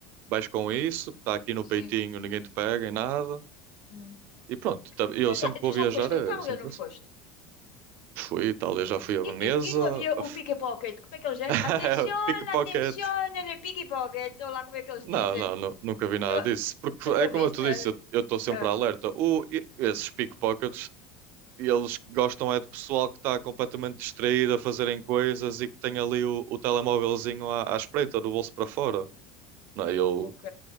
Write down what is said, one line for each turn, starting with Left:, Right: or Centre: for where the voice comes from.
Right: vais com isso, que está aqui no
Left: Sim.
Right: peitinho, ninguém te pega em nada.
Left: Hum.
Right: E pronto, tá- eu
Left: Tu
Right: sempre
Left: já,
Right: que
Left: tu
Right: vou viajar
Left: já foste
Right: é
Left: à Itália,
Right: sempre
Left: não foste?
Right: assim. Fui, e já fui a
Left: E,
Right: Veneza.
Left: e, e não havia
Right: a f-
Left: o pickpocket? Como é que eles
Right: <laughs>
Left: é? Atenzione,
Right: Pickpocket.
Left: atenzione, il pickpocket. Ou lá como é que eles
Right: Não,
Left: dizem.
Right: não, nu- nunca vi nada
Left: Não-
Right: disso. Porque
Left: nunca
Right: é como
Left: viste,
Right: eu te
Left: né?
Right: disse, eu estou sempre
Left: Ah,
Right: alerta. O, e- esses pickpockets, eles gostam é de pessoal que está completamente distraído a fazerem coisas e que tem ali o, o telemóvelzinho à, à espreita, do bolso para fora. Não, é? eu
Left: ok.